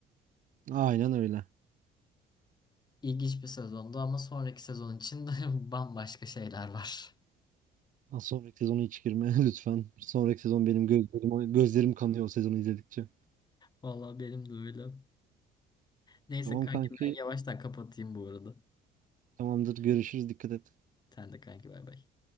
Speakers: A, on the right (about 50°); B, on the left (about 25°).
A: aynen öyle.
B: İlginç bir sezondu ama sonraki sezon için <laughs> de bambaşka şeyler var.
A: Ha, Sonraki sezonu hiç girme <laughs> lütfen. Sonraki sezon benim gözlerim, gözlerim kanıyor o sezonu izledikçe.
B: Vallahi benim de öyle. Neyse
A: Tamam
B: kanki
A: kanki.
B: ben yavaştan kapatayım bu arada.
A: Tamamdır. Görüşürüz. Dikkat et.
B: Sen de kanki bay bay.